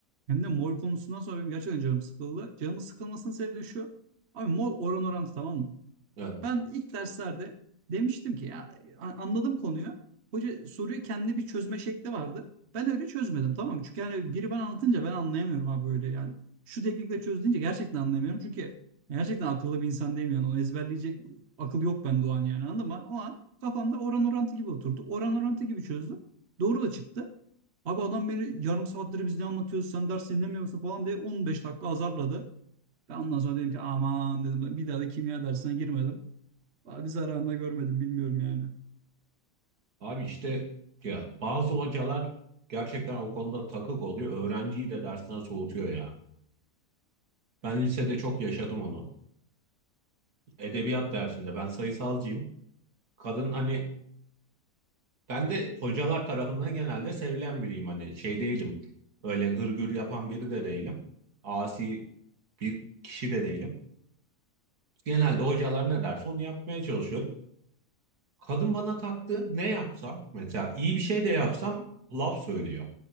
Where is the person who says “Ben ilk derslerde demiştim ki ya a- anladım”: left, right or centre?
Right